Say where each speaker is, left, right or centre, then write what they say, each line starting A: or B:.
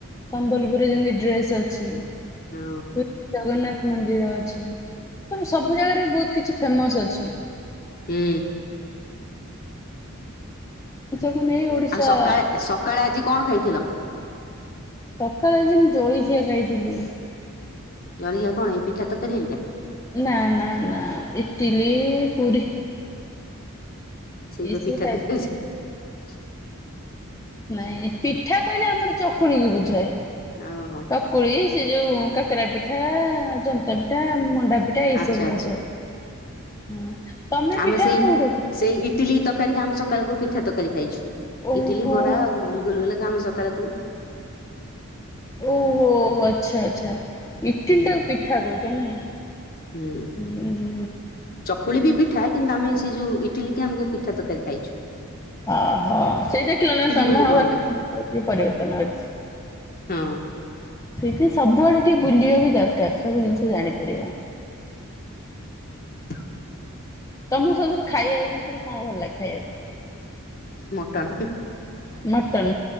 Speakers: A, on the left (about 15°); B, on the left (about 40°).
A: ସମ୍ବଲପୁରରେ ଯେମତି ଡ୍ରେସ୍ ଅଛି। ପୁରୀ
B: ହଁ
A: ଜଗନ୍ନାଥ ମନ୍ଦିର ଅଛି। ତ ସବୁ ଜାଗାରେ ବି ବହୁତ କିଛି ଫେମସ ଅଛି।
B: ହୁଁ।
A: ସବୁ ନେଇ ଓଡିଶା
B: ଆଉ ସକାଳେ, ସକାଳେ ଆଜି କଣ ଖାଇଥିଲ?
A: ସକାଳେ ଆଜି, ମୁଁ ଜଳିଖିଆ ଖାଇଥିଲି।
B: ଜଳଖିଆ କଣ ଏଇ ପିଠା ତରକାରି ହେରିକା?
A: ନା, ନା, ନା ଇଟଲି ପୁରୀ।
B: ସେଇ
A: ଏସବୁ
B: ପା ପିଠା
A: ଖାଇଥିଲି।
B: ତରକାରୀ ଅଛି।
A: ନାଇଁ, ପିଠା କହିଲେ ଆମର ଚକୁଳିି କୁ ବୁଝାଏ।
B: ଓହୋ
A: ଚକୁଳି ସେ ଯୋଉ କାକରା ପିଠା, ଜନ୍ତା ପିଠା, ମଣ୍ଡା ପିଠା ଏଇ
B: ଆଚ୍ଛା
A: ସବୁ ଜିନିଷ।
B: ଆଚ୍ଛା
A: ହୁଁ। ତମେ
B: ଆମେ
A: ପିଠା
B: ସେଇ,
A: କୋଉଠୁ
B: ସେଇ ଇଟିଲି ତରକାରୀ, ଆମେ ସକାଳକୁ ପିଠା ତରକାରୀ ଖାଇଛୁ।
A: ଓହୋ।
B: ଇଟିଲି, ବରା, ଗୁଲଗୁଲାକୁ ଆମେ ସକାଳକୁ
A: ଓହୋ ଆଚ୍ଛା ଆଚ୍ଛା ଇଟିଲ
B: ହୁଁ
A: ଟାକୁ ପିଠା କହୁଚ, ନାଇଁ?
B: ହୁଁ।
A: ହୁଁ
B: ଚକୁଳି ବି ପିଠା, କିନ୍ତୁ ଆମେ ସେଇ ଯୋଉ ଇ ଇଟିଲି କି ଆମକୁ ପିଠା ତରକାରୀ ଖାଇଚୁ।
A: ଓହୋ ସେଇ ଦେଖିଲ ନା ତମ
B: ବୋଲି କହୁନା
A: ପରିବର୍ତ୍ତନ ହଉଛି।
B: ହଁ।
A: ସେଥିପାଇଁ, ସବୁଆଡେ ଟିକେ ବୁଲିବା ବି ଦରକାର। ସବୁ ଜିନିଷ ଜାଣିପାରିବ।
B: <inaudible>
A: ତମକୁ ସତରେ ଖାଇବାକୁ ଜିନିଷରେ କଣ ଭଲ ଲାଗେ ଖାଇବାକୁ?
B: ମଟନ୍
A: ମଟନ